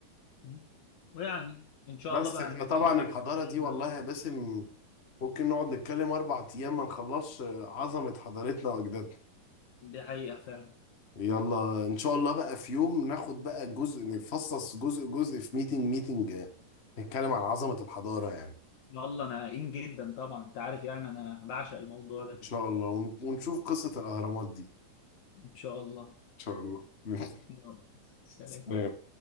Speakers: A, on the left (about 65°); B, on the left (about 30°).
A: مم. ويعني ان شاء
B: بس
A: الله بقى
B: احنا
A: نحاول
B: طبعا
A: نعمل
B: الحضاره
A: اللي
B: دي والله
A: نعمله.
B: يا باسم ممكن نقعد نتكلم اربع ايام ما نخلصش عظمه حضارتنا واجدادنا
A: دي حقيقة فعلا
B: يلا ان شاء الله بقى في يوم ناخد بقى جزء نفصص جزء جزء في ميتنج ميتنج نتكلم عن عظمه الحضاره يعني
A: يلا انا قايم جدا طبعا انت عارف يعني انا بعشق الموضوع ده
B: ان شاء الله ون- ونشوف قصه الاهرامات دي
A: ان شاء الله
B: شاء الله <laughs>
A: يلا سلام
B: سلام